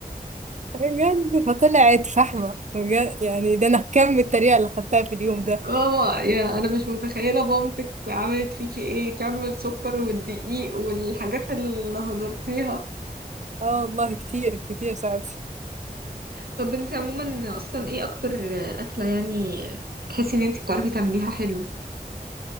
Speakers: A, on the right (about 50°); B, on the right (about 75°).
A: بجد فطلعت فحمة بجد يعني ده أنا كم التريقة اللي خدتها في اليوم ده
B: ماما يا انا مش متخيله مامتك عملت فيكي ايه كم السكر والدقيق والحاجات اللي هدرتيها
A: اه والله كتير كتير ساعتها
B: طب انت عموما اصلا ايه اكتر اكله يعني تحسي ان انت بتعرفي تعمليها حلو